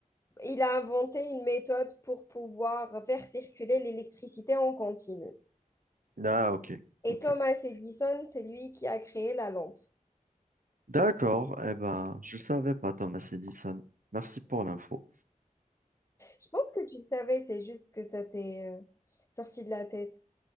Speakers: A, on the left; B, on the right.
A: Il a inventé une méthode pour pouvoir faire circuler l'électricité en continu.
B: Ah, ok,
A: Et
B: ok.
A: Thomas Edison, c'est lui qui a créé la lampe.
B: D'accord, eh ben, je le savais pas, Thomas Edison. Merci pour l'info.
A: Je pense que tu le savais, c'est juste que ça t'est euh, sorti de la tête.